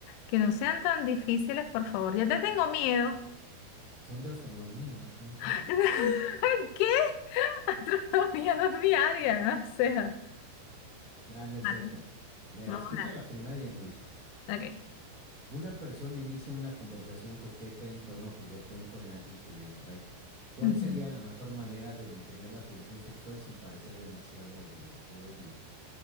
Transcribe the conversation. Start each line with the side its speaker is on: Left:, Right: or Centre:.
Left: Que no sean tan difíciles, por favor. Ya te tengo miedo.
Right: son de astronomía, bien fácil.
Left: <laughs> ¿Qué? <laughs> gastronomía no es mi área, o sea.
Right: Ah, no es
Left: Vale,
Right: cierto. Verá,
Left: vamos
Right: escucha
Left: a... hablar.
Right: la primera y ya me dices.
Left: Ok.
Right: Una persona inicia una conversación coqueta en tono juguetón con alguien que le atrae. ¿Cuál
Left: Ujú.
Right: sería la mejor manera de mantener la atención sexual sin parecer demasiado obvio o obvia?